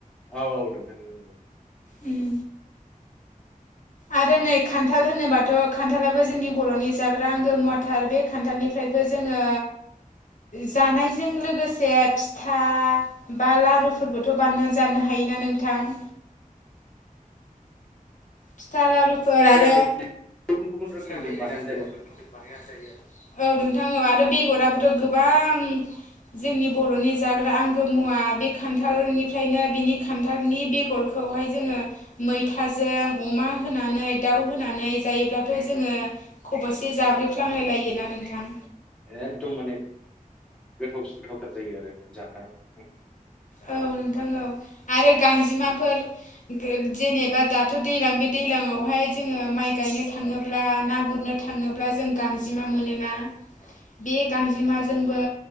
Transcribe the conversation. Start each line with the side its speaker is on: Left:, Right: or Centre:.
Centre: औ औ नोंथां <unintelligible>
Left: उम आरो नै खान्थाल होनोबाथ खान्थालाबो जोंनि बर'नि जाग्रा आंगो मुवााथार बे खान्थालनिफ्राय जोङो जानायजों लोगोसे फिथा बा लारुफोरबो थ बानना जानो हायोना नोंथां? फिथा लारुफोर आरो
Centre: गानै गुबुन गुबुन रोखोमजों
Left: <unintelligible>
Centre: बानायनानै जायो
Left: औ नोंथां औ आरो बेगराबोथ
Centre: आरो।
Left: गोबां जोंनि बरनि जाग्रा आंगो मुवा बे खान्थालनिफ्रायनो
Centre: औ
Left: बिनि खान्थालनि बेगरखौहाय जोङो मैथाजों। अमा होनानै दाउ होनानै जायोब्लाथ जोङो
Centre: औ
Left: खबसे जाब्रेफ्लांलाय
Centre: औ
Left: लायो। ना नोंथां?
Centre: एकदम माने गोथावन गोथावथार जायो आरो जानाय।
Left: औ नोंथां औ आरो गांजेमाफोर
Centre: औ
Left: जेनेबा बा दाथ दै्लां
Centre: औ
Left: बे दैलांआवहाय जोङो माइ गायनो
Centre: औ
Left: थाङोब्ला
Centre: औ
Left: ना गुरनो थाङोब्ला जों गांजिमा मोनोना? बे गांजेमाजोंबो